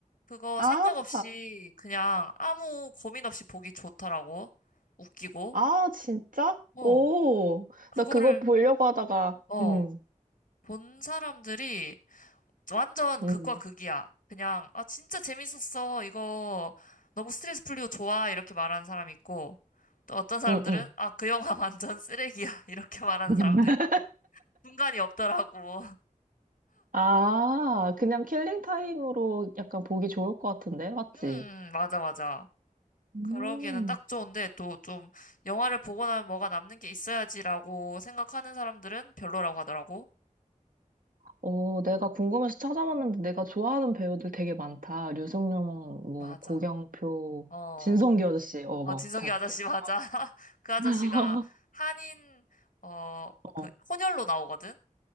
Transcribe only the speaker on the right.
아,
아, 진짜?
오,
나 그거 보려고 하다가,
응
응
응, 응.
<laughs>
아, 그냥 킬링 타임으로 약간 보기 좋을 것 같은데, 맞지?
음.
어, 내가 궁금해서 찾아봤는데 내가 좋아하는 배우들 되게 많다. 류승룡, 뭐
고경표,
진성기 아저씨, 어,
막다
좋아하는.
<laughs>
어.